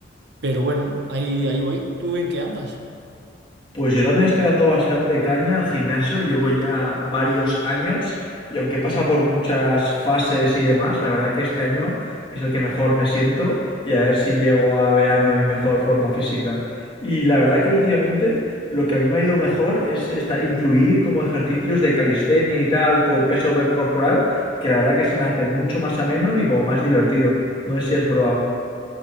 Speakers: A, on the right; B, on the left.
A: Pero bueno, ahí, ahí voy. ¿Tú en qué andas?
B: Pues yo también estoy dando bastante caña al gimnasio, llevo ya varios años y aunque pasa
A: Mm.
B: por muchas fases y demás, la verdad que este año es el que mejor me siento y a ver si llego a verano en mejor forma física. Y la verdad que últimamente lo que a mí me ha ido mejor es esta- incluir como ejercicios de calistenia y tal con peso corporal, que la verdad que se me hace mucho más ameno y como más divertido. No sé si has probado.